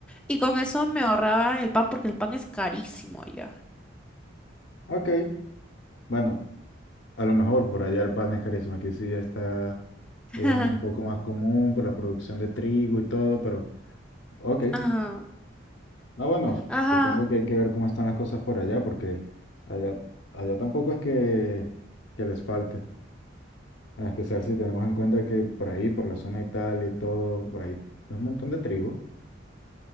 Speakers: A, in the centre; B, on the left.
A: Y con eso me ahorraba el pan porque el pan es carísimo allá.
B: Ok, bueno, a lo mejor por allá el pan es carísimo, aquí sí ya está,
A: <laughs>
B: es un poco más común por la producción de trigo y todo, pero ok.
A: Ajá,
B: No, bueno,
A: ajá,
B: supongo que hay que ver cómo están las cosas por allá, porque allá, allá tampoco es que, que les falte. En especial si tenemos en cuenta que por ahí, por la zona y tal y todo, hay un montón de trigo.